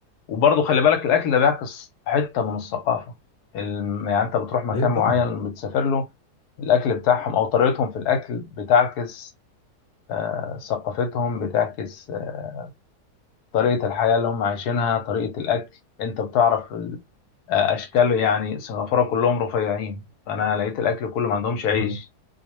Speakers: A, on the left; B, on the left.
A: وبرضه خلي بالك الاكل ده بيعكس حتة من الثقافة الم- يعني انت بتروح مكان
B: ايوه طبعا
A: معين بتسافر له الاكل بتاعهم او طريقتهم في الاكل بتعكس آه، ثقافتهم بتعكس آه، طريقة الحياة اللي هم عايشينها طريقة الأكل أنت بتعرف ال- آه، أشكال يعني سنغافورة كلهم رفيعين فأنا لقيت الأكل كله ما عندهمش عيش
B: مهم.